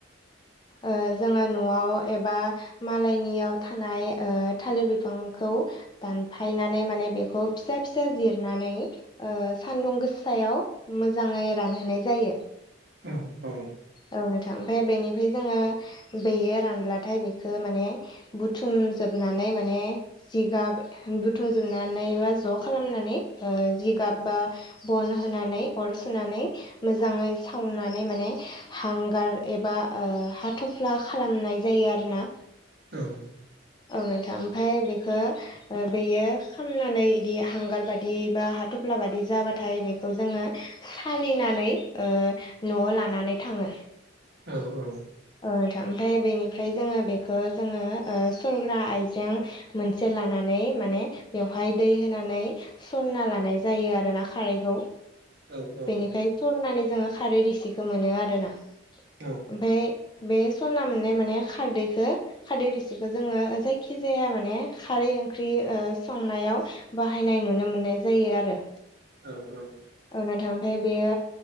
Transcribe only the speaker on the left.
ओ जोङो न'आव एबा मालायनियाव थानाय ओ थालिर बिफांखौ दानफायनानै माने बेखौ फिसा फिसा जिरनानै ओ सान्दुं गोसायाव मोजाङै रानहोनाय जायो।
औ नोंथां ओमफ्राय बेनिफ्राय जोङो बेयो रानब्लाथाय बेखौ माने बुथुमजोबनानै माने जिगाब बुथुमजोबनानै बा ज' खालामनानै जिगाब बा बन होनानै अर सुनानै मोजाङै सावनानै माने हांगार एबा ओ हाथफ्ला खालामनाय जायो आरोना।
औ नोंथां ओमफ्राय बेखो बेयो खामनानै बिदि हांगार बादि बा हाथफ्ला बादि जाबाथाय बेखौ जोङो सालिनानै न'आव लानानै थाङो
औ नोंथां ओमफ्राय बेनिफ्राय जोङो बेखो जोङो ओ सरग्रा आइजें मोनसे लानानै माने बेवहाय दै होनानै सरना लानाय जायो आरो ना खारैखौ
बेनिफ्राय सरनानै जोङो खारै रिसिखौ मोनो आरो ना।
ओमफाय बे सरना मोननाय माने खारदैखो खारदै रिसिखौ जोङो जायखि जाया माने खारै ओंख्रि संनायाव बाहायनाय नुनो मोननाय जायो आरो।
औ नोंथां ओमफ्राय बेयो